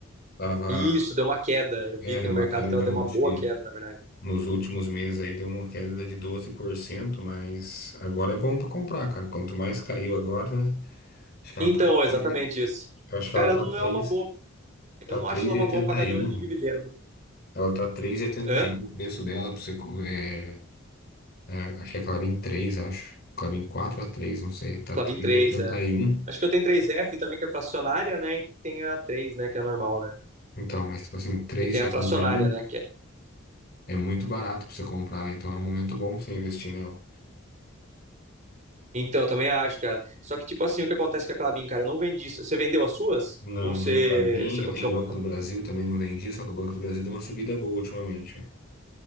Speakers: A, on the left (about 45°); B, on the right (about 35°).
A: Tava,
B: Isso, deu uma queda. Eu vi
A: é,
B: aqui
A: deu
B: no
A: uma
B: mercado
A: queda
B: que
A: de
B: ela
A: um,
B: deu uma
A: acho
B: boa
A: que
B: queda, na verdade.
A: Nos últimos meses aí deu uma queda de doze por cento mas agora é bom para comprar, cara. Quanto mais caiu agora, né? Acho que ela
B: Então,
A: tá,
B: é exatamente
A: eu
B: isso.
A: acho que
B: Cara,
A: ela tá
B: ela não
A: três
B: é uma boa.
A: tá
B: Eu não
A: três
B: acho ela
A: e
B: uma
A: oitenta
B: boa pagadora
A: e um
B: de dividendo.
A: Ela tá três e oitenta
B: Hã?
A: e um o preço dela para você co- é, é, acho que é Clabin 3 acho. Clabin 4 a 3 não sei, tá
B: Clabin
A: três
B: 3
A: e oitenta
B: é.
A: e um
B: Acho que eu tenho três f também, que é fracionária, né? E tem a três né? Que é normal, né?
A: Então, mas tipo assim, três
B: E tem
A: e oitenta
B: a fracionária,
A: e um
B: né? Que é
A: é muito barato para você comprar, né? Então é um momento bom para você investir nela.
B: Então, eu também acho, cara. Só que, tipo assim, o que acontece com a Klabin, cara? Eu não vendi. isso. Você vendeu as suas?
A: Não,
B: Ou você,
A: não Klabin.
B: você
A: Eu
B: continuou?
A: tenho o Banco do Brasil, também não vendi, só que o Banco do Brasil deu uma subida boa ultimamente, velho.